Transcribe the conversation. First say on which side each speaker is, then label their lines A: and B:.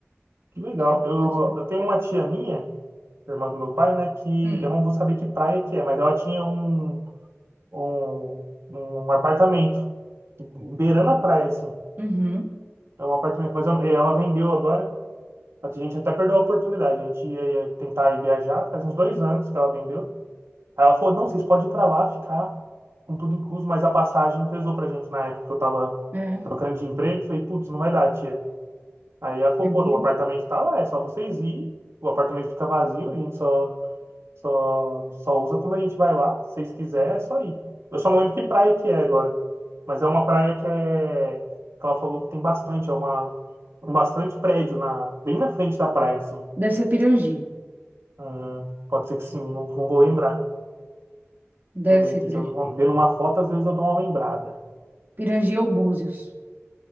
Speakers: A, on the right; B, on the right.
A: Que legal.
B: É ótimo.
A: Eu, eu tenho uma tia minha, irmã do meu pai, né? Que
B: Hum,
A: eu não vou saber que praia que é, mas ela tinha um, um, um apartamento beirando a praia, assim.
B: uhum,
A: É um apartamento, mas eu- ela vendeu agora. A gente até perdeu a oportunidade. A gente ia, ia tentar ir viajar, faz uns dois anos que ela vendeu. Aí ela falou, não, vocês podem ir pra lá ficar com tudo incluso, mas a passagem pesou pra gente na época que eu tava
B: é.
A: trocando de emprego. Falei, putz, não vai dar, tia. Aí ela falou,
B: Pirangi.
A: pô, o apartamento tá lá, é só vocês ir. O apartamento fica vazio, a gente só, só, só usa quando a gente vai lá. Se vocês quiserem, é só ir. Eu só não lembro que praia que é agora. Mas é uma praia que é. Que ela falou que tem bastante, é uma. Um bastante prédio na, bem na frente da praia, assim.
B: Deve ser Pirangi.
A: Hum, pode ser que sim, não, não vou lembrar.
B: Deve
A: Deixa eu ver
B: ser
A: aqui,
B: Pirangi.
A: se eu ver uma- vendo uma foto, às vezes eu dou uma lembrada.
B: Pirangi ou Búzios.